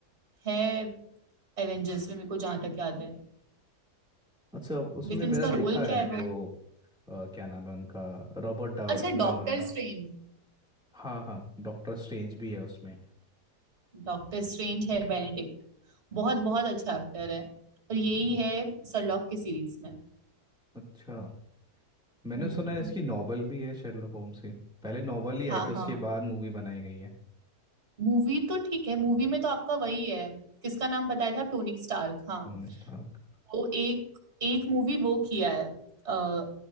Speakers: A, on the right (about 40°); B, in the centre.
A: है एवेंजर्स में मेरे को जहाँ तक याद है
B: अच्छा उसमें
A: लेकिन
B: मैंने
A: उसका
B: देखा
A: अच्छा रोल क्या
B: है
A: है
B: वो
A: वो
B: अ, क्या नाम है उनका Robert डाउ
A: अच्छा डॉक्टर
B: Downey
A: स्ट्रेंज
B: हाँ हाँ डॉक्टर स्ट्रेंज भी है उसमें
A: डॉक्टर स्ट्रेंज है बेनेडिक्ट बहुत बहुत अच्छा एक्टर है और यही
B: हम्म,
A: है सरलॉक के सीरीज में
B: अच्छा मैंने
A: हम्म
B: सुना है इसकी नॉवल भी है शेरलॉक होम्स की पहले नॉवल ही
A: हाँ
B: आई थी उसके
A: हाँ
B: बाद मूवी बनाई गई है
A: मूवी तो ठीक है मूवी में तो आपका वही है किसका नाम बताया था टोनिक स्टार्क हाँ
B: Tony Stark
A: वो एक एक मूवी वो किया है आ,